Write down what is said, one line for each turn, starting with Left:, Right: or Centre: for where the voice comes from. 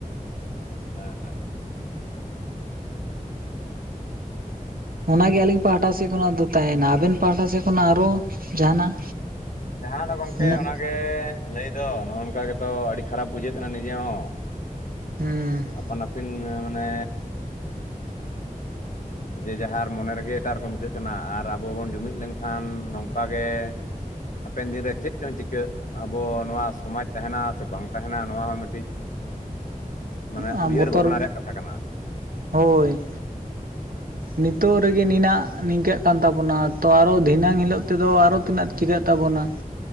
Left: <inaudible>
Right: ᱚᱱᱟᱜᱮ ᱟᱹᱞᱤᱧ ᱯᱟᱦᱴᱟ ᱥᱮᱫ ᱠᱷᱚᱱᱟᱜ ᱫᱚ ᱛᱟᱦᱮᱱᱟ ᱟᱵᱮᱱ ᱯᱟᱦᱟᱴᱟ ᱥᱮᱫ ᱠᱷᱚᱱᱟᱜ ᱟᱨᱚ ᱡᱟᱦᱟᱱᱟᱜ
Left: ᱡᱟᱦᱱᱟᱜ ᱫᱚ ᱜᱚᱝᱠᱮ
Right: ᱢᱮᱱᱟᱜ
Left: ᱚᱱᱟᱜᱮ ᱞᱟᱹᱭ ᱫᱚ ᱱᱚᱜᱼᱚ ᱱᱚᱝᱠᱟ ᱜᱮᱛᱚ ᱟᱹᱰᱤ ᱠᱷᱟᱨᱟᱯ ᱵᱩᱡᱷᱟᱹᱜ ᱠᱟᱱᱟ <unintelligible> ᱱᱤᱡᱮ ᱦᱚᱸ
Right: ᱦᱩᱸ
Left: ᱟᱯᱟᱱᱯᱤᱱ ᱢᱟᱱᱮ <inaudible> ᱡᱮ ᱡᱟᱦᱟᱸᱨ ᱢᱚᱱᱮ ᱨᱮᱜᱮ ᱮᱴᱟᱜ ᱨᱚᱠᱚᱢ ᱟᱹᱠᱟᱹᱜ ᱠᱟᱱᱟ ᱟᱨ ᱟᱵᱚ ᱵᱚᱱ ᱡᱩᱢᱤᱫ ᱞᱮᱱᱠᱷᱟᱱ ᱱᱚᱝᱠᱟ ᱜᱮ ᱦᱟᱯᱮᱱ ᱫᱤᱱ ᱨᱮ ᱪᱮ ᱫᱚ ᱪᱤᱠᱟᱹᱜ ᱟᱵᱚ ᱱᱚᱣᱟ ᱥᱚᱢᱟᱡ ᱛᱟᱦᱮᱱᱟ ᱥᱮ ᱵᱟᱝ ᱛᱟᱦᱮᱱᱟ ᱱᱚᱣᱟ ᱦᱚᱸ ᱢᱤᱫᱴᱤᱡ ᱢᱟᱱᱮ
Right: ᱟᱨ
Left: ᱩᱭᱦᱟᱹᱨ
Right: ᱵᱚᱛᱚᱨ
Left: ᱵᱷᱟᱵᱱᱟ ᱨᱮᱭᱟᱜ ᱠᱟᱛᱷᱟ ᱠᱟᱱᱟ
Right: ᱦᱳᱭ
Left: <inaudible>
Right: ᱱᱤᱛᱚᱜ ᱨᱮᱜᱮ ᱱᱤᱱᱟᱜ ᱱᱤᱝᱠᱟᱹᱜ ᱠᱟᱱ ᱛᱟᱵᱚᱱᱟ ᱛᱚ ᱟᱨᱚ ᱫᱷᱤᱱᱟᱹᱝ ᱦᱤᱞᱳᱜ ᱛᱮᱫᱚ ᱟᱨᱚ ᱤᱱᱟᱜ ᱪᱤᱠᱟᱹᱜ ᱛᱟᱵᱚᱱᱟ